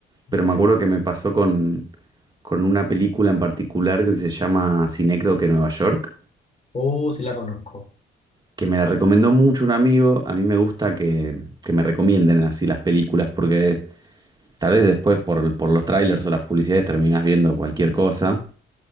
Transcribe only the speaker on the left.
Sí.
Oh, sí la conozco.